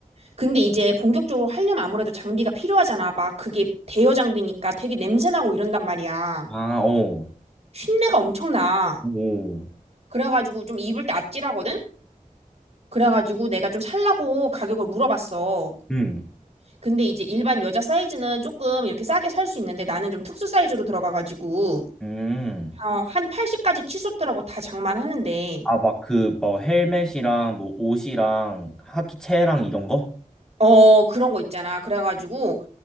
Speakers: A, on the right (about 50°); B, in the centre.
A: 근데 이제 본격적으로 하려면 아무래도 장비가 필요하잖아. 막 그게 대여 장비니까 되게 냄새나고 이런단 말이야.
B: 아, 어,
A: 쉰내가 엄청나.
B: 오,
A: 그래가지고 좀 입을 때 아찔하거든? 그래가지고 내가 좀 살라고 가격을 물어봤어.
B: 음,
A: 근데 이제 일반 여자 사이즈는 조금 이렇게 싸게 살 수 있는데 나는 좀 특수 사이즈로 들어가가지고
B: 음.
A: 어, 한 80까지 치솟더라고 다 장만하는데.
B: 아, 막 그 뭐 헬멧이랑 뭐 옷이랑 하키채랑 이런 거?
A: 어, 그런 거 있잖아. 그래가지고